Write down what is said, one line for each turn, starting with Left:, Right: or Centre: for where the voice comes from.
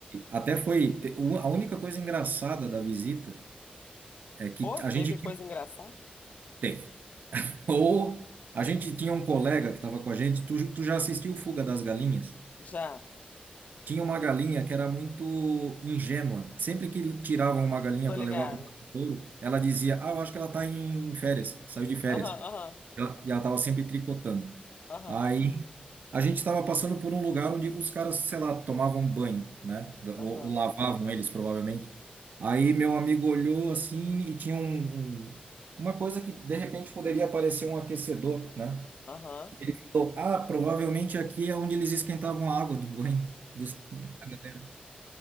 Right: Até foi. te- u- A única coisa engraçada da visita é que
Left: Pô,
Right: a gente
Left: teve
Right: tinha-
Left: coisa engraçada?
Right: teve. <laughs> Ou a gente tinha um colega que estava com a gente, tu, tu já assistiu Fuga das Galinhas?
Left: Já,
Right: Tinha uma galinha que era muito ingênua. Sempre que tiravam uma galinha
Left: tô
Right: para
Left: ligada.
Right: levar para o touro, ela dizia: Ah, eu acho que ela está em férias, saiu de férias.
Left: Aham, aham,
Right: Ela- E ela estava sempre tricotando.
Left: aham,
Right: Aí a gente estava passando por um lugar onde os caras, sei lá, tomavam banho, né?
Left: aham,
Right: Ou, ou lavavam eles, provavelmente. Aí meu amigo olhou assim e tinha um, um- uma coisa que de repente poderia parecer um aquecedor, né?
Left: aham.
Right: Falou, Ah, provavelmente aqui é onde eles esquentavam a água do banho. Dos... da galera.